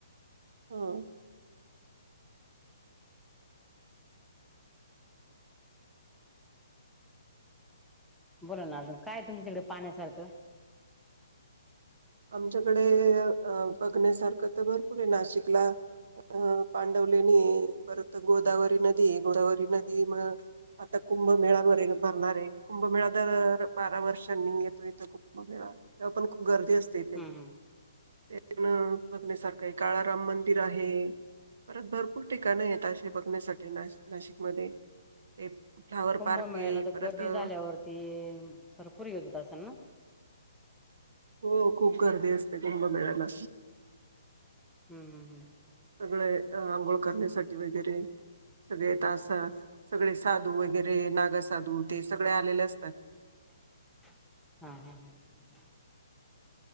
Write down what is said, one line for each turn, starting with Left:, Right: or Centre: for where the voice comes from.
Right: हा
Centre: बोला ना अजून काय तुम तिकडे पाण्यासारखं
Right: आमच्याकडे अ बघण्यासारखं तर भरपूर आहे नाशिकला अ पांडवलेनी परत गोदावरी नदी गोदावरी नदी म अटक कुंभमेळा वर भरणार आहे कुंभमेळा दर बारा वर्षांनी येतो इथ कुंभमेळा ते्हा पण खूप गर्दी असते तेे
Centre: हम्म हम्म
Right: तेन बघण्यासारखं आहे काळाराम मंदिर आहे परत भरपूर ठिकाणं आहेतशे बघण्यासाठी नाशिकमध्ये ते फ्लावर
Centre: कुंभमेळाला
Right: पार्क आहे
Centre: तर
Right: परत
Centre: गर्दी
Right: अ,
Centre: झाल्यावरती भरपूर येत होत असेल ना
Right: हो खूप गर्दी असते कुंभमेळाला
Centre: हम्म हम् हम्
Right: सगळे आंघोळ करण्यासाठी वगैरे सगळे त असा सगळे साधू वगैरे नागसाधू ते सगळे आलेले असतात
Centre: हम् हम हम